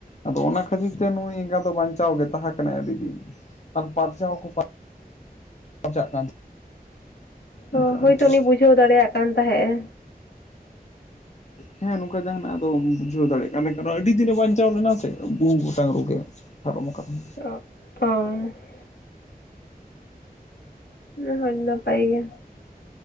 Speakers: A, on the left (about 45°); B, on the left (about 85°).
A: ᱟᱫᱚ ᱚᱱᱟ ᱠᱷᱟᱹᱛᱤᱨ ᱛᱮ ᱱᱩᱭ ᱮᱸᱜᱟ ᱫᱚ ᱵᱟᱧᱪᱟᱣ ᱜᱮ ᱛᱟᱦᱮᱸ ᱠᱟᱱᱟᱭ ᱟᱹᱰᱤ ᱫᱤᱱ ᱟᱨ ᱯᱟᱨᱪᱟᱣ ᱦᱚᱸᱠᱚ ᱯᱟᱨᱼᱼ ᱯᱟᱨᱪᱟᱜ ᱠᱟᱱ ᱚᱱᱠᱟ
B: ᱚ ᱦᱳᱭᱛᱚ
A: ᱟᱨᱠᱤ
B: ᱩᱱᱤᱭ ᱵᱩᱡᱷᱟᱹᱣ ᱫᱟᱲᱮᱭᱟᱜ ᱠᱟᱱ ᱛᱟᱦᱮᱸᱜ-ᱮ᱾
A: ᱦᱮᱸ ᱱᱚᱝᱠᱟ ᱡᱟᱦᱟᱱᱟᱜ ᱟᱫᱚᱢ ᱵᱩᱡᱷᱟᱹᱣ ᱫᱟᱲᱮᱜ ᱠᱟᱱᱟ᱾ ᱢᱮᱱᱠᱷᱟᱱ ᱟᱹᱰᱤ ᱫᱤᱱᱮ ᱵᱟᱧᱪᱟᱣ ᱞᱮᱱᱟ ᱥᱮ᱾ ᱵᱚᱦᱩ ᱜᱚᱴᱟᱝ ᱨᱳᱜᱽᱮ ᱯᱟᱨᱚᱢ ᱟᱠᱟᱫᱟᱢ᱾
B: <unintelligible> ᱚᱱᱟ ᱦᱚᱸ ᱱᱟᱯᱟᱭ ᱜᱮ᱾